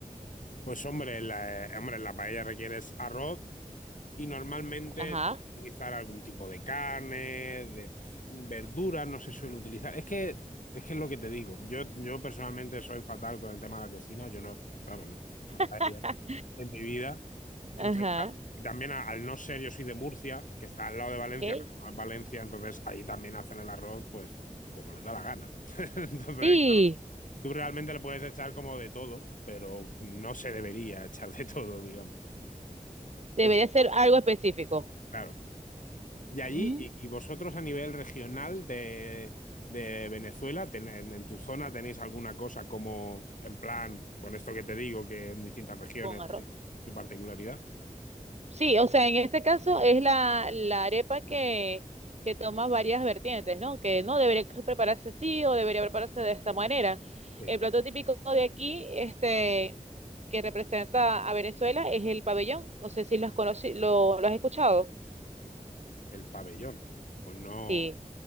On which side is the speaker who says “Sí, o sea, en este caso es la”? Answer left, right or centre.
Right